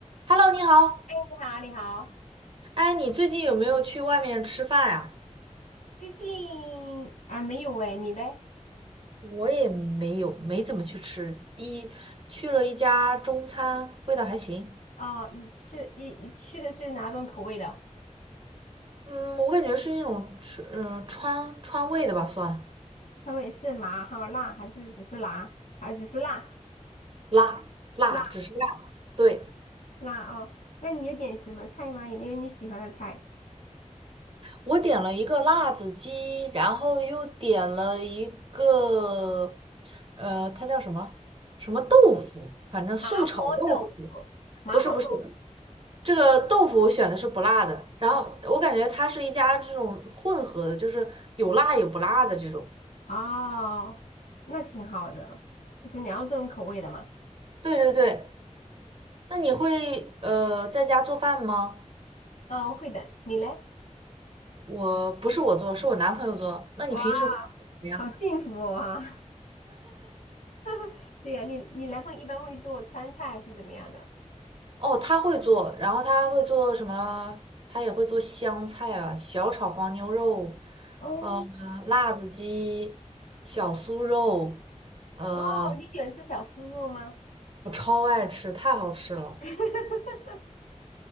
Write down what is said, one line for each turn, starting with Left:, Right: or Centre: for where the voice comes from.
Right: Hello，你好。
Left: 你好，你好，
Right: 哎，你最近有没有去外面吃饭呀？
Left: 最近啊没有哎，你嘞？
Right: 我也没有，没怎么去吃，一去了一家中餐，味道还行。
Left: 哦，你吃你你吃的是哪种口味的？
Right: 嗯，我感觉是那种吃，呃，川川味的吧，算
Left: 川味是麻还有辣，还是只是辣？还只是辣
Right: 辣辣，
Left: 辣
Right: 只是辣。对，
Left: 辣哦？那你有点什么菜吗？有没有你喜欢的菜？
Right: 我点了一个辣子鸡，然后又点了一个，呃，它叫什么什么豆腐，反正素炒豆腐，
Left: 麻婆豆腐，麻婆豆腐
Right: 不是不是，这个豆腐我选的是不辣的，然后我感觉它是一家这种混合的，就是有辣有不辣的这种。
Left: 哦，那挺好的，就是两种口味的嘛。
Right: 对对对，那你会呃在家做饭吗？
Left: 哦，会的，你嘞？
Right: 我不是我做，是我男朋友做。那你平时会做什么样？
Left: 哇，好幸福哦啊！<laughs> 对呀，你你男朋友一般会做川菜还是怎么样的？
Right: 哦，他会做，然后他会做什么？他也会做香菜啊，小炒黄牛肉，
Left: 哦，
Right: 呃，辣子鸡，小酥肉，呃，
Left: 哦，你喜欢吃小酥肉吗？
Right: 我超爱吃，太好吃了。
Left: <laughs>